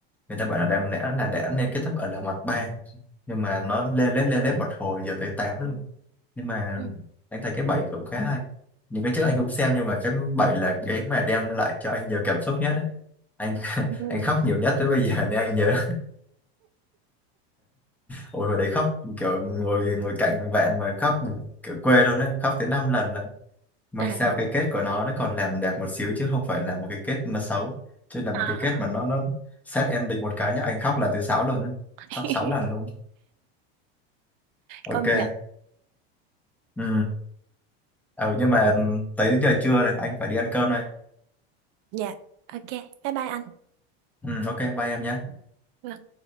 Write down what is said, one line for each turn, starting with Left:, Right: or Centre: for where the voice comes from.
Centre: người ta bảo là đáng lẽ là đã nên kết thúc ở là mặt ba nhưng mà nó lê lết lê lết một hồi giờ tới 8 luôn nhưng mà
Right: Ừ.
Centre: anh thấy cái bảy cũng khá hay những cái trước anh cũng xem nhưng mà cái bảy là cái mà đem lại cho anh nhiều cảm xúc nhất ấy. anh <laughs>
Right: Ừ.
Centre: anh khóc nhiều nhất tới bây giờ nên anh nhớ ôi hồi đấy khóc kiểu ngồi ngồi cạnh bạn mà khóc kiểu quê luôn đấy khóc tới 5 lần may
Right: À,
Centre: sao cái kết của nó nó còn làm đẹp một xíu chứ không phải là một cái kết nó xấu chứ là một
Right: à.
Centre: cái kết mà nó nó sad ending một cái chứ anh khóc là thứ sáu luôn á.
Right: <laughs>
Centre: khóc sáu lần luôn ok
Right: công nhận.
Centre: ừ ừ nhưng mà tới giờ trưa rồi anh phải đi ăn cơm đây
Right: Dạ. Ok. Bye bye anh.
Centre: ừ ok bye em nhé
Right: Vâng.